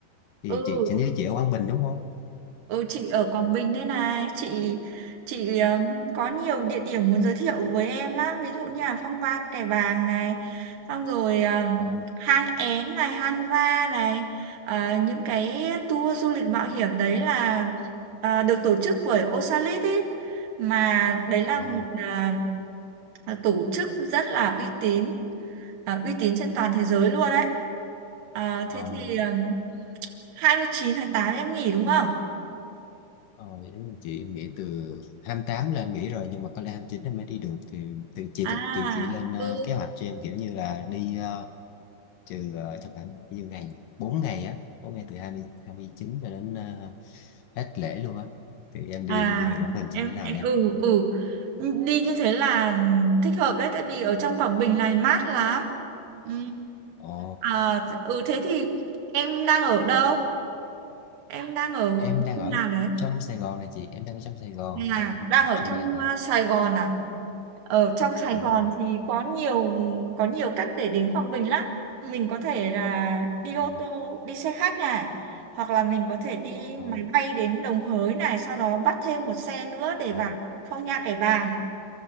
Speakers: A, on the left; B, on the right.
A: thì
B: Ừ.
A: chị chị như chị ở Quảng Bình đúng không
B: Ừ, chị ở Quảng Bình thế này chị chị um, có nhiều địa điểm muốn giới thiệu với em lắm ví dụ như là Phong Ba Kẻ Bàng này xong rồi um,
A: ờ
B: Hang Én này Hang Va này Ờ, những cái tour du lịch mạo hiểm đấy là ờ, được tổ chức bởi Osalit ý mà đấy là
A: ờ
B: một ờ, ờ, tổ chức rất là uy tín ờ, uy tín trên toàn thế giới luôn đấy Ờ,
A: ờ
B: thế thì um, 29 tháng 8 em nghỉ đúng không?
A: ờ Vậy đúng rồi chị em nghỉ từ 28 lên nghỉ rồi nhưng mà có lẽ 29 em mới đi được thì, thì chị
B: À,
A: thực chị chị lên ờ,
B: ừ
A: kế hoạch cho em kiểu như là đi ờ, trừ ờ, chắc khoảng bao nhiêu ngày 4 ngày á 4 ngày từ hai hai mươi hai mươi chín cho đến ờ, hết lễ luôn á thì em
B: À
A: đi du lịch Quảng Bình sẽ
B: em,
A: thế nào
B: em
A: nha
B: ừ ừ đi như thế là thích hợp đấy tại vì ở trong Quảng Bình này mát lắm. Ừ.
A: ồ
B: À, ừ thế thì em đang ở đâu? Em đang ở
A: em
B: khu
A: đang
B: khu
A: ở
B: nào đấy?
A: trong Sài Gòn này chị em đang ở trong Sài Gòn
B: À
A: đang
B: đang
A: học
B: ở
A: xong
B: trong
A: này nè
B: à, Sài Gòn à? Ở trong Sài
A: Dạ, đúng
B: Gòn
A: rồi
B: thì có nhiều có nhiều cách để đến Quảng Bình lắm. Mình có thể là đi
A: ờ
B: ô tô, đi xe khách này hoặc là mình có thể đi
A: ờ
B: máy bay đến Đồng Hới này sau đó bắt thêm một xe nữa để
A: ờ
B: vào Phong Nha Kẻ Bàng